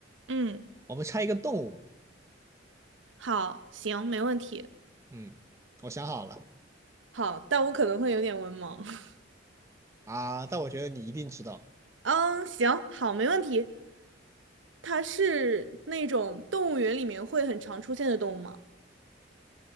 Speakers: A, on the right; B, on the right.
A: 嗯，
B: 我们猜一个动物。
A: 好，行，没问题。
B: 嗯，我想好了
A: 好，但我可能会有点文盲。<laughs>
B: 啊，但我觉得你一定知道，
A: 嗯，行，好，没问题。它是那种动物园里面会很常出现的动物吗？